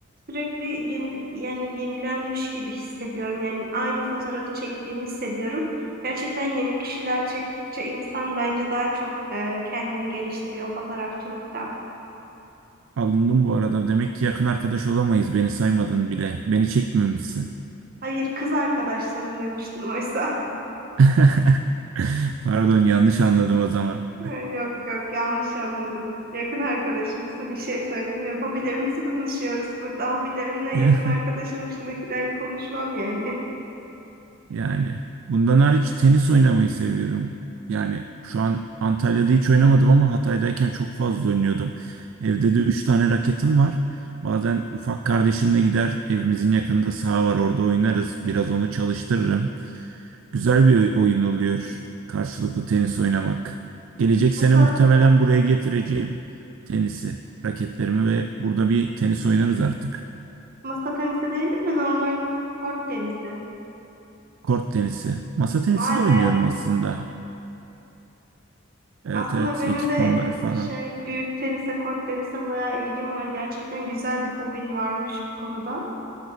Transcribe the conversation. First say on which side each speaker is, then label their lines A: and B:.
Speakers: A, on the right; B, on the right.
A: sürekli yeni, yani yenilenmiş gibi hissediyorum. Yani aynı fotoğrafı çektiğimi hissediyorum. Gerçekten yeni kişiler çektikçe insan bence daha çok e, kendini geliştiriyor fotoğrafçılıkta.
B: Alındım bu arada. Demek ki yakın arkadaş olamayız. Beni saymadın bile. Beni çekmemişsin.
A: Hayır, kız arkadaşlarım demiştim oysa.
B: <laughs> Pardon yanlış anladım o zaman.
A: Ha, Yok yok yanlış anladın. Yakın arkadaşımsın bir şey söylemiyorum. Hobilerimizi konuşuyoruz burada. Hobilerimle
B: <laughs>
A: yakın arkadaşım dışındakileri konuşmam yani. <laughs>
B: Yani bundan hariç tenis oynamayı seviyorum. Yani şu an Antalya'da hiç oynamadım ama Hatay'dayken çok fazla oynuyordum. Evde de 3 tane raketim var. Bazen ufak kardeşimle gider evimizin yakınında saha var orada oynarız. Biraz onu çalıştırırım. Güzel bir oyun oluyor karşılıklı tenis oynamak. Gelecek sene
A: Masa,
B: muhtemelen buraya getireceğim tenisi, raketlerimi ve burada bir tenis oynarız artık.
A: masa tenisi değil de normal kort tenisi.
B: Kort tenisi. Masa tenisi
A: Vay
B: de oynuyorum
A: be.
B: aslında. Evet
A: Aslında
B: evet
A: benim
B: ekipmanlar
A: de
B: falan.
A: şey büyük tenise kort tenise bayağı ilgim var. Gerçekten güzel bir hobin varmış bu konuda.